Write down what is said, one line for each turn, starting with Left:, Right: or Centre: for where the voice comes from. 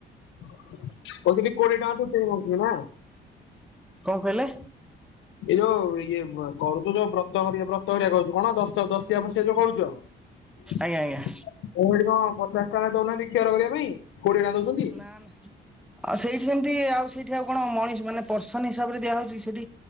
Left: <unintelligible> କୋଡିଏ ଟଙ୍କା <unintelligible> ନା।
Centre: କଣ କହିଲେ?
Left: ଏଇ ଯୋଉ ଇଏ କରୁଛୁ ଯୋଉ ବ୍ରତ ହେରିକା ବ୍ରତ ହେରିକା କରୁଛୁ କଣ ଦଶ ଦଶିଆ ଫସିଆ ଯୋଉ କରୁଛ? <inaudible>
Centre: ଆଜ୍ଞା ଆଜ୍ଞା।
Left: ଓ ହେଠି କଣ ପଚାଶ ଟଙ୍କା ଦଉନାହାନ୍ତି ଖିଅର କରିବା ପାଇଁ। କୋଡିଏ ଟଙ୍କା ଦଉଛନ୍ତି।
Centre: ନା ନା। ଆଉ ସେଇଠି ସେମିତି ଆଉ ସେଇଠି ଆଉ କଣ ମଣିଷ ମାନେ ପର୍ସନ ହିସାବରେ ଦିଆ ହଉଛି ଜି ସେଠି।